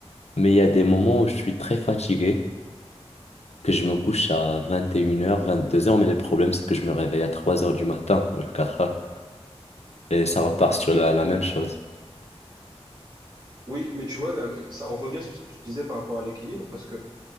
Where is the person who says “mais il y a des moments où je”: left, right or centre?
Left